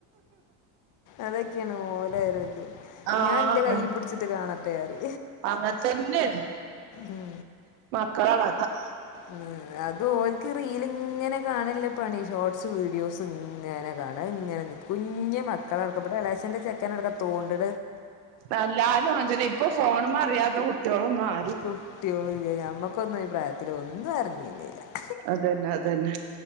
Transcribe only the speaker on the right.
ആഹ്
ആഹ്
അങ്ങനെ തന്നെയാണ്
<unintelligible>
എല്ലാരും അതാ തന്നെ ഇപ്പൊ ഫോണ്മേ അറിയാത്ത കുട്ട്യാ ളൊന്നും അ
അതന്നെ അതന്നെ